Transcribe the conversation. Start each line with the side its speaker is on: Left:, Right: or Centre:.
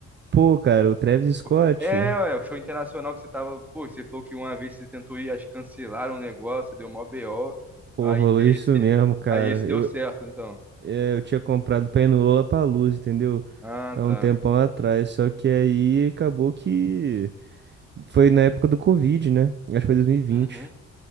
Right: Pô, cara, o Travis Scott,
Centre: pô. É, ué, o show internacional que você tava. Pô, você falou que uma vez você tentou ir, acho que cancelaram o negócio, deu mó BO.
Right: pô,
Centre: Aí
Right: rolou
Centre: esse.
Right: isso mesmo, cara.
Centre: Aí esse deu
Right: Eu,
Centre: certo, então.
Right: é, eu tinha comprado pra ir no Lollapalooza, entendeu?
Centre: Ah,
Right: há
Centre: tá.
Right: um tempão atrás. Só que aí acabou que foi na época do Covid, né? Acho que foi dois mil E vinte
Centre: Uhum.